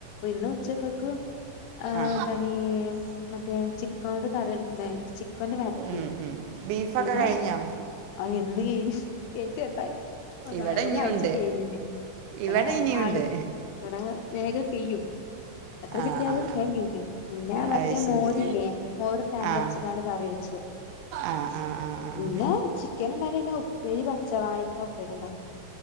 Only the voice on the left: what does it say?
ഇന്നുച്ചകക്ക് ആഹ്
ന്താണീ മറ്റേ ഉച്ചിക്കാണ്ട് കറി ണ്ടായി ചി ക്കൊന്ന് വരട്ടി
പിന്നേ
അ <unintelligible> ഇഷ് കേറ്റട്ടാ
ഒരാഴ്ച
കെഴിഞ്ന് ഇവിടേ
ആള് ഇവിടേ വേഗം സ്കെയ്യോ? എത്ര
ജി <unintelligible>
പിന്നേ മറ്റേ
മോരില്ലേ മോർ തേങ്ങരച്ച്ങ്ങാണ്ട്
കറി വെച്ച്
പിന്നേ ചിക്ക <unintelligible> ഉപ്പേരി പച്ചവായക്ക ഉപ്പേരി ഇണ്ടാ